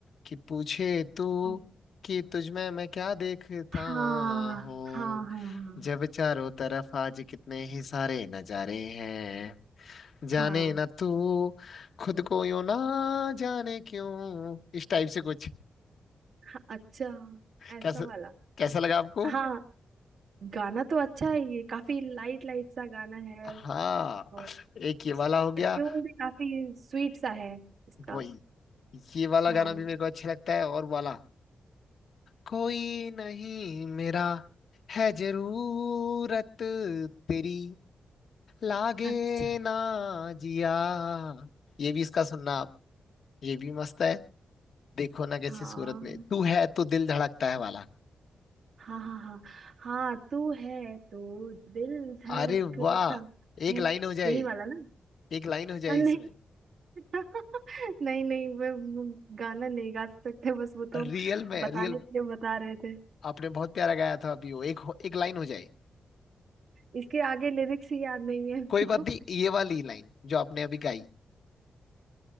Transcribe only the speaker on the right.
कौन-
हाँ
हाँ हाँ हाँ
हाँ
हाँ, अच्छा ऐसा
वाला
हाँ गाना तो अच्छा है ये काफी लाइट लाइट सा गाना है
और
ट्यून भी काफी स्वीट सा है इसका
हाँ
अच्छा
हाँ
हाँ हाँ हाँ हाँ तू है तो दिल धड़कता
है
यही वाला ना
अ, नहीं
<laughs> नहीं नहीं वो वो गाना नहीं गा सकते बस वो तो
हम
बताने
के लिए बता रहे थे
इसके आगे लिरिक्स ही याद नहीं है हमको